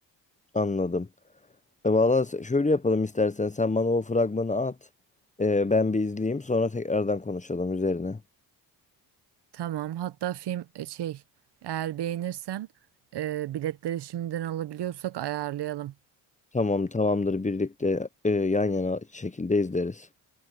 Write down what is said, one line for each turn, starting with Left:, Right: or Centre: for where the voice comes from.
Left: Anladım. E, valla se- şöyle yapalım istersen. Sen bana o fragmanı at. E, ben bir izleyeyim. Sonra tekrardan konuşalım üzerine.
Right: Tamam. Hatta film e, şey eğer beğenirsen e, biletleri şimdiden alabiliyorsak ayarlayalım.
Left: Tamam, tamamdır. Birlikte e, yan yana şekilde izleriz.